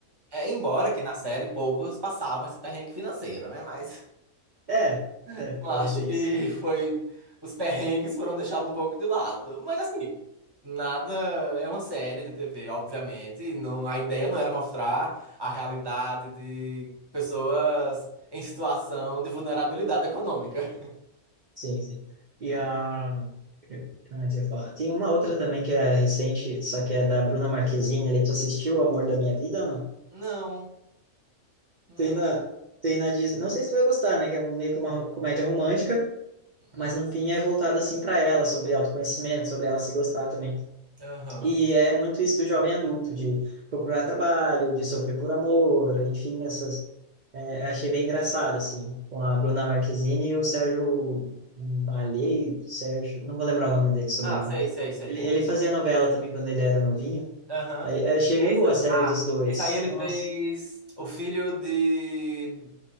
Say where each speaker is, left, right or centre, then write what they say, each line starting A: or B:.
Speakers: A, on the right (about 20°); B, on the right (about 80°).
A: É, embora que na série poucos passavam esse perrengue financeiro, né? Mas
B: É,
A: <laughs>
B: é,
A: eu
B: também
A: acho
B: tem
A: que
B: isso.
A: foi os perrengues foram deixados um pouco de lado. Mas assim, Nada, é uma série de TV, obviamente. e Não, a ideia não era mostrar a realidade de pessoas em situação de vulnerabilidade econômica. <laughs>
B: Sim, sim. E
A: Não
B: a...
A: é?
B: Não, eu ia falar. Tem uma outra também que é recente, só que é da Bruna Marquezine ali. Tu assistiu O Amor da Minha Vida ou não?
A: Não, não.
B: Tem na, tem na Disney. Não sei se tu vai gostar, né? Que é meio que uma ro- comédia romântica,
A: hum,
B: mas no fim é voltada assim para ela, sobre autoconhecimento, sobre ela se gostar também.
A: Aham.
B: E é muito isso do jovem adulto, de procurar trabalho, de sofrer por amor, enfim, essas. É, eu achei bem engraçado, assim, com a Bruna Marquezine e o Sérgio Malheiros, Sérgio, não vou lembrar o nome dele, sobrenome.
A: Ah, sei, sei, sei
B: Ele,
A: quem
B: ele
A: é.
B: fazia novela também quando ele era novinho.
A: Aham.
B: Aí, eu achei
A: Esse,
B: bem boa a série
A: ah,
B: dos dois.
A: esse aí ele
B: Nossa,
A: fez o filho de.